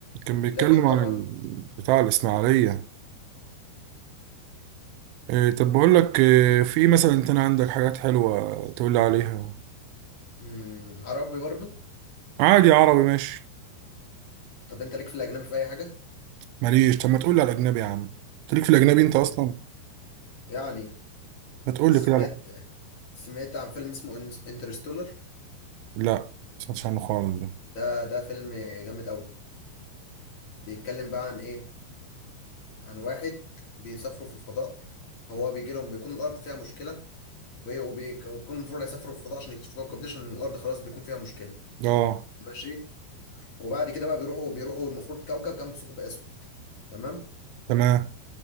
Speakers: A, on the right; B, on the left.
A: كان بيتكلم
B: لكن طبعا
A: عن ال- بتاع الإسماعيلية إيه طب بقول لك إيه في إيه مثلا انت أنا عندك حاجات حلوة تقول لي عليها
B: مم، عربي برضه
A: عادي عربي ماشي
B: طب انت ليك في الاجنبي في اي حاجه
A: ماليش طب ما تقول لي على الأجنبي يا عم أنت ليك في الأجنبي أنت
B: مم.
A: أصلا
B: يعني
A: ما تقول
B: سمعت
A: لي كده على-
B: سمعت عن فيلم اسمه انترستولر
A: لا ما سمعتش عنه خالص ده
B: ده ده فيلم جامد قوي بيتكلم بقى عن ايه عن واحد بيسافروا في الفضاء هو بيجي لهم بيكون الارض فيها مشكله وايه وبي- وبيكون المفروض هيسافروا في الفضاء عشان يكتشفوا كوكب جديد عشان الارض خلاص بيكون فيها مشكله
A: اه
B: ماشي وبعد كده بقى بيروحوا بيروحوا المفروض كوكب جنب ثقب اسود تمام
A: تمام